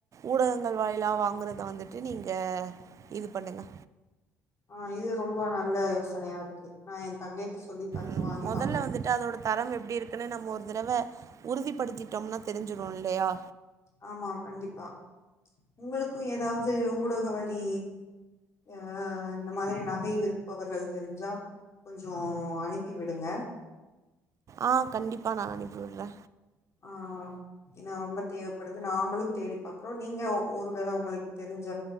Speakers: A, on the right (about 45°); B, on the left (about 40°).
A: ஊடகங்கள் வாயிலா வாங்குறத வந்துட்டு நீங்க இது பண்ணுங்க
B: ஆஹ இது ரொம்ப நல்ல யோசனையா இருக்கு நா என் தங்கைட்ட சொல்லி பாத்து
A: உம்
B: வாங்கி
A: மொதல்ல
B: பாக்குறே
A: வந்துட்டு அதோட தரம் எப்டி இருக்குன்னு நம்ம ஒரு தடவ உறுதிப்படுத்திட்டோம்னா தெரிஞ்சிறோ இல்லையா
B: ஆமா கண்டிப்பா உங்களுக்கு க்கு ஏதாவது ஊடக வழி அஹ் இந்த மாதிரி நகை விற்பவர்கள் தெரிஞ்சா கொஞ்ச அனுப்பி விடுங்க
A: ஆஹ் கண்டிப்பா நா அனுப்பி விர்றே
B: ஆஹ் ஏன்னா ரொம்ப தேவைப்படுது நாங்களு தேடி பாக்குறோ நீங்க ஒரு வேளை உங்களுக்கு தெரிஞ்ச